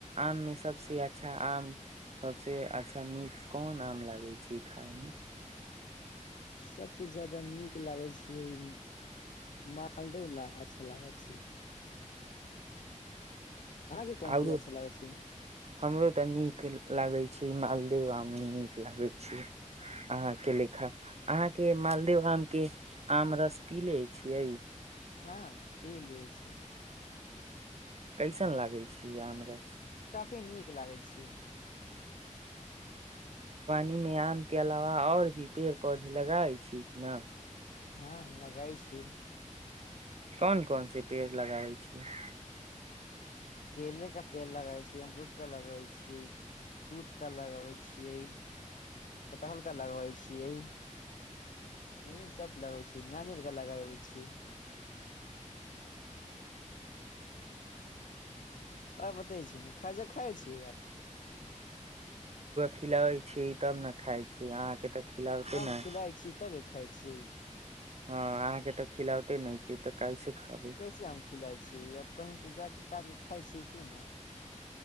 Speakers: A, on the right (about 55°); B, on the left (about 80°).
A: आममे सभसँ अच्छा आम सभसँ अच्छा नीक कोन आम लागै छै खायमे
B: सभसँ जादा नीक लागै छियै ई मालदेव ल अच्छा लागै छै अहाँके कोन
A: आरो
B: चीज अच्छा लागे छै
A: हमरो तऽ नीक लागै छै मालदेव आम नीक लागै छै अहाँके लेखा अहाँके मालदेव आम के आम रस पीले छियै
B: हँ पी लेय छियै
A: कैसन लागै छी आमरस
B: काफी नीक लागै छियै
A: उमे आम के अलावा आओर भी पेड़ पौधे लगाबै छी कि ने
B: हँ लगाय छियै
A: कौन कौनसे पेड़ लगाबै छियै
B: केले का पेड़ लगबै छियै अमरूद का लगबै छियै तूत का लगबै छियै कटहल का लगबै छियै इं सब लगाबै छी नारियल कें लगाबै छिय आओर बतबै छी ने खाजा खाइ छियै आब
A: खिलाबै छियै तब ने खाइ छियै अहाँ के तऽ खिलाबते
B: हम
A: न
B: खिलाइ छियै तबे खाइ छियै
A: हँ अहाँके तऽ खिलाउ नहि तऽ कैसे खाबै
B: कैसे हम खिलाए छी आब कहीं से जा क कारके खााय छी क्यू ने